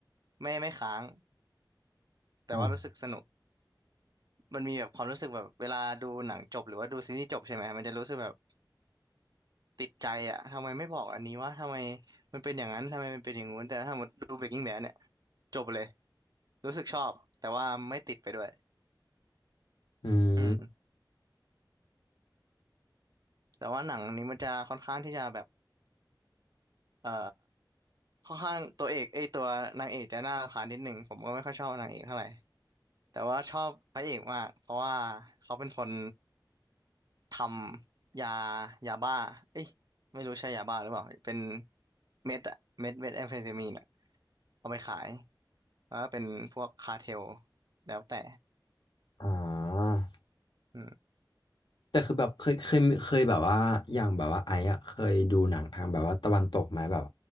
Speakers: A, on the right; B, on the left.
A: ไม่ไม่ค้างแต่ว่ารู้สึกสนุก
B: อ่า
A: มันมีแบบความรู้สึกแบบเวลาดูหนังจบหรือว่าดูซีรีส์จบใช่ไหมมันจะรู้สึกแบบติดใจอ่ะทำไมไม่บอกอันนี้วะทำไมมันเป็นอย่างนั้นทำไมมันเป็นอย่างงู้นแต่ถ้าหมดดู Breaking Bad เนี่ยจบเลยรู้สึกชอบแต่ว่าไม่ติดไปด้วย
B: อืม
A: อืมแต่ว่าหนังนี้มันจะค่อนข้างที่จะแบบเอ่อค่อนข้างตัวเอกไอยตัวนางเอกจะน่ารำคาญนิดหนึ่งผมก็ไม่ค่อยชอบนางเอกเท่าไหร่แต่ว่าชอบพระเอกมากเพราะว่าเขาเป็นคน ทำยายาบ้าเอ้ยไม่รู้ใช่ยาบ้าหรือเปล่าเป็นเม็ดอะเม็ดเม็ดแอมเฟตามีนอะเอาไปขายแล้วก็เป็นพวกคาร์เทลแล้วแต่
B: อ่า
A: อืม
B: แต่คือแบบเคยเคยเคยแบบว่าอย่างแบบว่าไอ้อะเคยดูหนังทางแบบว่าตะวันตกไหมแบบ